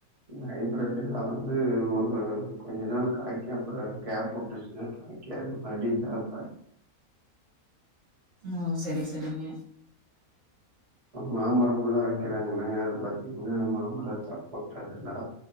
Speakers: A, on the right (about 30°); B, on the right (about 60°).
A: ஹைபிரெட்ல்லா வந்து ஒரு கொஞ்சோ நாள் காய்க்கு அப்றோ கேப் வுட்டுச்சுனா காய் காது மறுபடியு ஸ்டாப் ஆய்டு
B: ஓ செரி செரிங்க
A: மாமரோல்லா வெக்கிறாங்கல்லங்க அது பாத்தீங்ன்னா மாமரோ சாப்போட்ட அதெல்லா